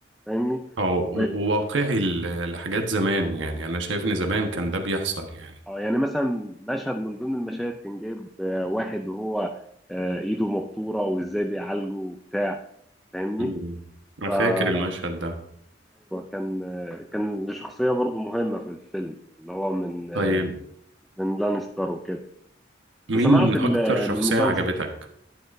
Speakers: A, in the centre; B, on the right (about 90°).
A: فاهمني
B: أو-
A: و
B: وواقعي ل- لحاجات زمان يعني أنا شايف إن زمان كان ده بيحصل يعني
A: آه، يعني مثلا مشهد من ضمن المشاهد كان جايب آه، واحد وهو آه، ايده مبتوره وازاي بيعالجه وبتاع فاهمني
B: مم. أنا
A: فأيوه
B: فاكر المشهد ده
A: كان كان لشخصية برضو مهمة في الفيلم اللي هو من
B: طيب
A: من لانستر وكده أنت
B: مين
A: سمعت ال-
B: أكتر شخصية
A: من المسلسل
B: عجبتك؟